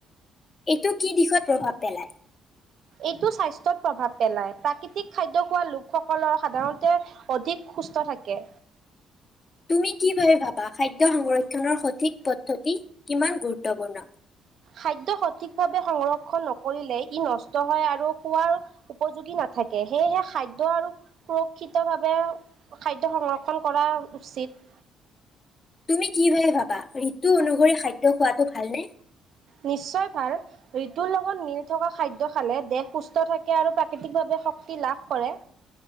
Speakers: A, on the left (about 30°); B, on the right (about 60°).
A: এইটো কি দিশত প্ৰভাৱ পেলায়?
B: এইটো স্বাস্থ্যত প্ৰভাৱ পেলায় প্ৰাকৃতিক খাদ্য খোৱা লোকসকলৰ সাধাৰণতে অধিক সুস্থ থাকে
A: তুমি কি ভাবে ভাবা খাদ্য সংৰক্ষণৰ সঠিক পদ্ধতি কিমান গুৰুত্বপূৰ্ণ?
B: খাদ্য সঠিকভাৱে সংৰক্ষণ নকৰিলে ই নষ্ট হয় আৰু খোৱাৰ উপযোগী নাথাকে সেয়েহে খাদ্য আৰু সুৰক্ষিত ভাৱে খাদ্য সংৰক্ষণ কৰা উচিত
A: তুমি কি ভাবে ভাবা ঋতু অনুসৰি খাদ্য খোৱাটো ভালনে?
B: নিশ্চয় ভাল ঋতুৰ লগত মিল থকা খাদ্য খালে দেহ সুস্থ থাকে আৰু প্ৰাকৃতিকভাৱে শক্তি লাভ কৰে